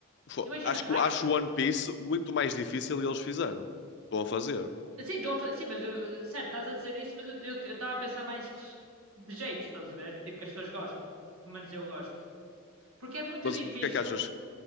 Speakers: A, on the left; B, on the right.
A: fo-
B: Imagina,
A: Acho que
B: acho.
A: acho One Piece muito mais difícil e eles fizeram. Estão a fazer.
B: Sim, então, sim, mas eu, eu- certo, estás a dizer isso, mas eu eu- eu estava a pensar mais de jeito, estás a ver? Tipo, que as pessoas gostem. Pelo menos eu gosto. Porque é muito
A: Mas
B: difícil
A: porque é que achas